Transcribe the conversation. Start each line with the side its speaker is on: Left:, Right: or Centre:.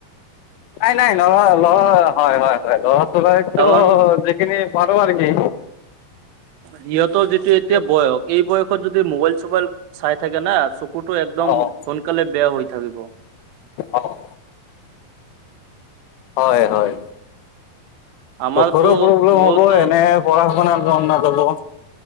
Left: নাই নাই ন ল হয় হয় হয় ল'ৰা ছোৱালীকটো
Right: কাৰণ
Left: যিখিনি পাৰোঁ আৰু কি।
Right: সিহঁতৰ যিটো
Left: নিদিওঁ
Right: এতিয়া বয়স এই বয়সত যদি মোবাইল চোবাইল চাই থাকে না চ। কুটো একদম
Left: অঁ
Right: সোনকালে বেয়া হৈ থাকিব।
Left: অ'হ। হয় হয়
Right: আমাৰতো
Left: চকুৰো প্ৰব্লেম
Right: মোৰতো
Left: হ'ব এনে। পঢ়া শুনাত মন নাযাব।